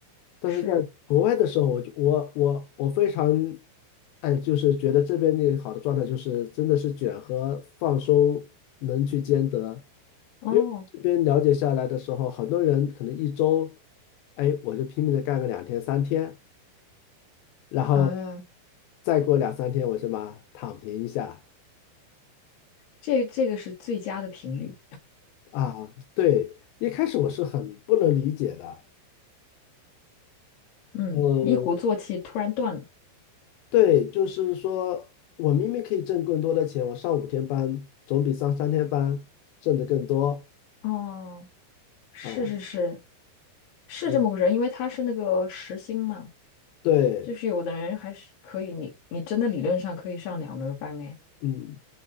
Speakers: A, on the left; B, on the left.
A: 但是在国外的时候，
B: 是，
A: 我就我我我非常哎，就是觉得这边那个好的状态就是真的是卷和放松能去兼得。
B: 哦。
A: 因为这边了解下来的时候，很多人可能一周，哎，我就拼命的干个两天三天。然后
B: 啊，
A: 再过两三天我什么躺平一下
B: 这这个是最佳的频率。
A: 啊？对，一开始我是很不能理解的，
B: 嗯，
A: 嗯，
B: 一鼓作气突然断了。
A: 对，就是说我明明可以挣更多的钱，我上五天班总比上三天班挣得更多
B: 哦，是是是，
A: 啊，
B: 是这么回事儿。
A: 嗯，
B: 因为他是那个时薪嘛，
A: 对，
B: 就是有的人还是可以，你你真的理论上可以上两轮儿班哎，
A: 嗯。